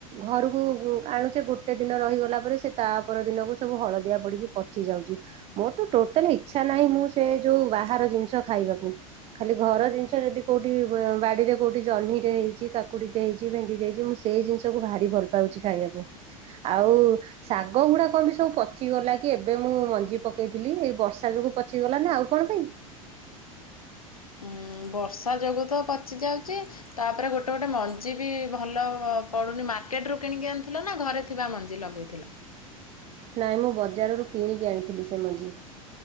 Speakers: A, on the right; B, on the left.
A: ଘରକୁ ଆଣୁଚେ ଗୋଟେ ଦିନ ରହିଗଲା ପରେ ସେ ତାପର ଦିନକୁ ସବୁ ହଳଦିଆ ପଡିକି ପଚି ଯାଉଚି। ମୋର ତ ଟୋଟାଲି ଇଚ୍ଛା ନାହିଁ ମୁଁ ସେ ଯୋଉ ବାହାର ଜିନିଷ ଖାଇବାକୁ। ଖାଲି ଘର ଜିନିଷ ଯଦି କୋଉଠି ବାଡିରେ କୋଉଠି ଜହ୍ନିଟେ ହେଇଚି କାକୁଡିଟେ ହେଇଚି ଭେଣ୍ଡିଟ ହେଇଚି ମୁଁ ସେଇ ଜିନିଷକୁୁ ଭାରି ଭଲ ପାଉଚି ଖାଇବାକୁ ଆଉ ଶାଗ ଗୁଡା କଂପାଇଁ ସବୁ ପଚିଗଲା କି ଏବେ ମୁଁ ମଞ୍ଜି ପକେଇଥିଲି। ଏଇ ବର୍ଷା ଯୋଗୁ ପଚିଗଲା ନା ଆଉ କଣ ପାଇଁ?
B: ଉଁ ବର୍ଷା ଯୋଗୁ ତ ପଚି ଯାଉଚି ତାପରେ ଗୋଟେ ଗୋଟେ ମଞ୍ଜି ବି ଭଲ ପଡୁନି। ମାର୍କେଟରୁ କିଣିକି ଆଣିଥିଲ ନା ଘରେ ଥିବା ମଞ୍ଜି ଲଗେଇଥିଲ?
A: ନାଇଁ ମୁଁ ବଜାରରୁ କିଣିକି ଆଣିଥିଲି ସେ ମଞ୍ଜି।